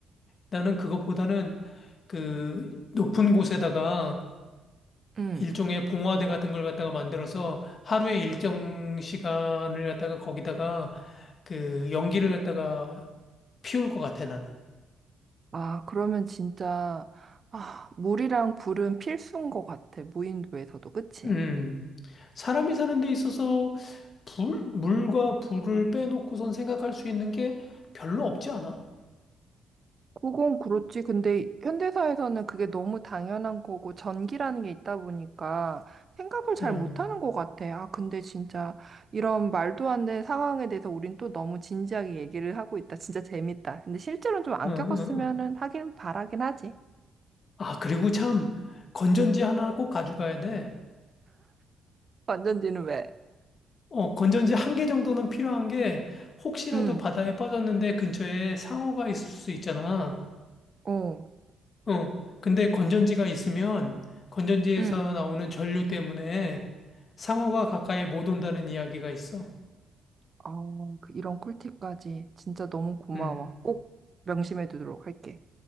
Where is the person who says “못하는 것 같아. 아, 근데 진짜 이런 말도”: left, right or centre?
Right